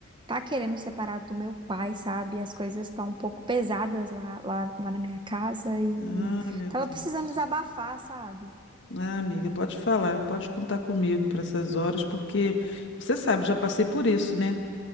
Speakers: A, on the right (about 20°); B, on the left (about 55°).
A: tá querendo separar do meu pai, sabe? As coisas estão um pouco pesadas lá, lá, lá na minha casa e
B: Ah, meu
A: tava
B: Deus.
A: precisando desabafar, sabe?
B: Ah, amiga, pode falar, pode contar comigo para essas horas, porque você sabe, eu já passei por isso, né?